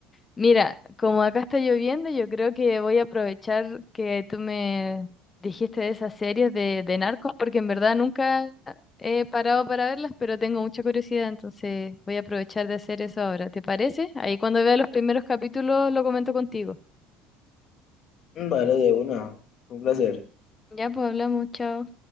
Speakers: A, on the left; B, on the left.
A: Mira, como acá está lloviendo, yo creo que voy a aprovechar que tú me dijiste de esas series de, de narcos, porque en verdad nunca he parado para verlas, pero tengo mucha curiosidad, entonces voy a aprovechar de hacer eso ahora. ¿Te parece? Ahí cuando vea los primeros capítulos lo comento contigo.
B: Vale, de una. Un placer.
A: Ya, pues hablamos, chao.